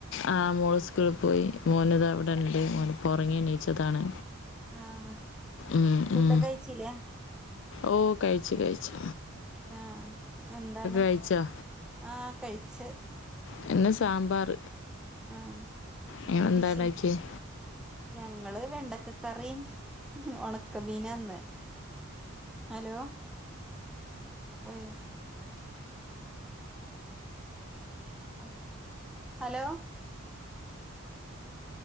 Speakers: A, on the left; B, in the centre.
A: ആഹ് മോള് സ്കൂൾപോയി മോനിതാവടെ ഇണ്ട് ഓന്പ്പോ ഒറങ്ങി എണീച്ചതാണ്
B: ആഹ്
A: ഉം
B: ഫുഡൊക്കെ
A: ഉം
B: കഴിച്ചില്ലേ
A: ഓ കഴിച്ചു കഴിച്ച്
B: ആഹ് എന്താണ്
A: കഴിച്ചോ
B: ആഹ് കഴിച്ച്
A: പിന്നെ സാമ്പാർ
B: ആഹ് മീന്
A: നിങ്ങൾ എന്താ
B: ഫിഷ്
A: ഉണ്ടാക്കിയേ
B: ഞങ്ങള് വെണ്ടക്കക്കറീം ഒണക്കമീനാന്ന് ഹലോ പോയോ കട്ടായ്ക്ക hello